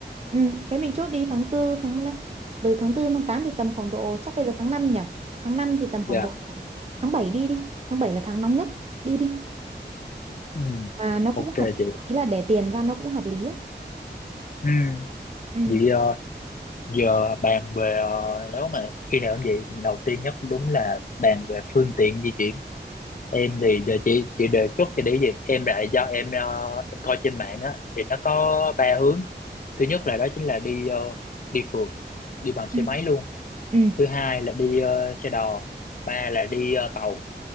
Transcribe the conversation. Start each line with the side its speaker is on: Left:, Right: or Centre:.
Right: Ừ, thế mình chốt đi tháng tư tháng từ tháng tư tháng 8 thì tầm khoảng độ chắc bây giờ tháng 5 nhỉ. Tháng 5 thì tầm
Left: dạ
Right: khoảng độ tháng 7 đi đi. Tháng 7 là tháng nóng nhất. Đi đi.
Left: ừ.
Right: Mà nó cũng
Left: ok
Right: hợp
Left: chị
Right: ý là để tiền ra nó cũng hợp lý á.
Left: ừ.
Right: Ừ.
Left: vậy ờ, giờ bàn về ờ, nếu mà khi nào cũng vậy đầu tiên nhất đúng là bàn về phương tiện di chuyển em thì giờ chị chị đề xuất thì để gì em lại do em ờ, em coi trên mạng á thì nó có ba hướng thứ nhất là đó chính là đi ờ, đi phượt đi bằng xe
Right: Ừ.
Left: máy luôn
Right: Ừ.
Left: thứ hai là đi ờ, xe đò ba là đi ờ, tàu